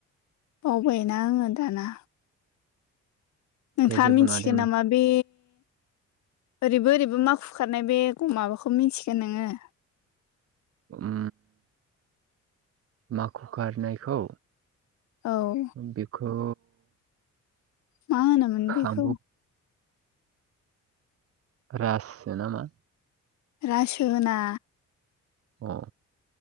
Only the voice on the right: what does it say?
दे जेबो
नङा दे
ओ माखु गारनायखौ?
बेखौ
आंबो रासो नामा?
अ